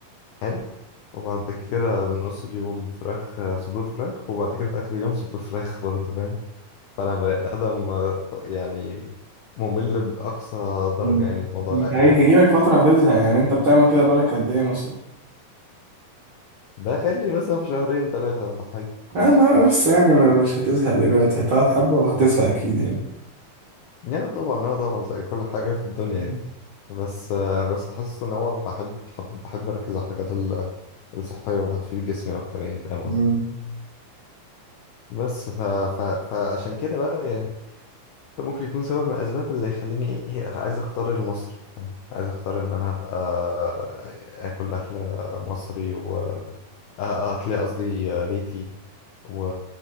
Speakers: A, on the left; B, on the right.
A: حلو وبعد كده من نص اليوم فراخ صدور فراخ وبعد كده في اخر اليوم صدور فراخ برضه فاهم فانا بني ادم آه، يعني ممل باقصى درجه
B: مم.
A: يعني في موضوع
B: انت
A: الاكل
B: هي-
A: ده
B: هيجيلك فترة هتزهق يعني انت بتعمل كده بقالك قد ايه مثلا
A: ده خلي مثلا في شهرين ثلاثة ولا حاجة
B: اه ما آه، بس يعني ما- مش هتزهق دلوقتي هتقعد حبة وهتزهق اكيد يعني
A: يعني طبعا اه طبعا زي كل حاجة في الدنيا
B: مم.
A: يعني بس آه، بس حاسس ان هو بحب بحب, بحب اركز على الحاجات ال- الصحية وهتفيد جسمي اكتر يعني فاهم
B: مم.
A: قصدي بس ف... ف... فعشان كده بقى يعني ده ممكن يكون سبب من الاسباب اللي يخليني ايه عايز اختار المصري فاهم عايز اختار ان انا ابقى اكل اكل مصري و أ- اكل قصدي بيتي و-